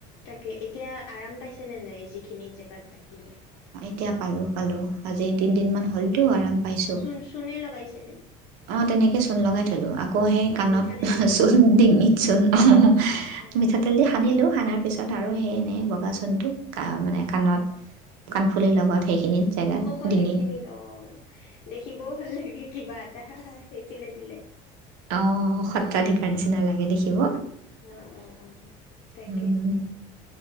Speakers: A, on the left; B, on the right.
A: তাকে এতিয়া আৰাম পাই ছে নে নাই জি খিনি জেগাত ডাকিলে
B: তেতিয়া পালোঁ। পালো আজি তিনিদিন মান হ'লটো আৰাম পাইছো।
A: চূণ চূণে লগাইছেনে
B: অ', তেনেকৈ চূণ লগাই থলোঁ আকৌ সেই কাণত
A: মিঠাতেল দি
B: চূণ ডিঙিত চূণ অ',
A: অ
B: মিঠাতেল
A: অ
B: দি সানিলো সানাৰ পিছত আৰু সেই এনেই বগা চূণটো মানে
A: অ',
B: কাণত কাণফুলিৰ লগত সেইখিনিত জেগাত
A: অ',
B: ডিঙিত
A: সেইখিনিত অ', দেখিবও ভাল লাগে কিবা এটা সেইফিলে দিলে
B: অঁ সত্ৰাধিকাৰ
A: উম, উম।
B: নিচিনা লাগে দেখিব
A: অ', অ', অ', অ তাকে
B: উম,